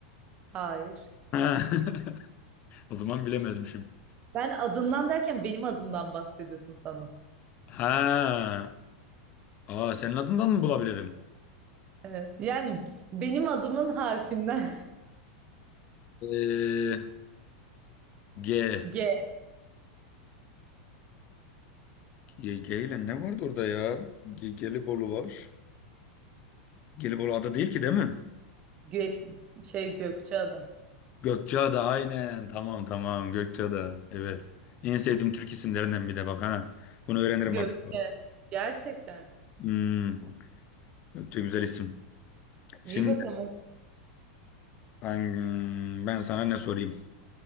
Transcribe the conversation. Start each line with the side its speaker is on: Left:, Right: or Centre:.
Right: Hayır.
Left: <laughs> O zaman bilemezmişim.
Right: Ben adından derken benim adımdan bahsediyorsun sanırım.
Left: Ha. Aa, senin adından mı bulabilirim?
Right: Evet. Yani benim adımın harfinden.
Left: Ee, G.
Right: <laughs> G.
Left: G, G ile ne vardı orada ya? G, Gelibolu var. Gelibolu ada değil ki değil mi?
Right: Gö şey Gökçeada.
Left: Gökçeada aynen. Tamam tamam Gökçeada. Evet. En sevdiğim Türk isimlerinden bir de bak ha. Bunu öğrenirim
Right: Gökçe.
Left: artık.
Right: Gerçekten.
Left: Hmm. Gökçe güzel isim.
Right: İyi
Left: Şimdi
Right: bakalım.
Left: ben, hmm, ben sana ne sorayım?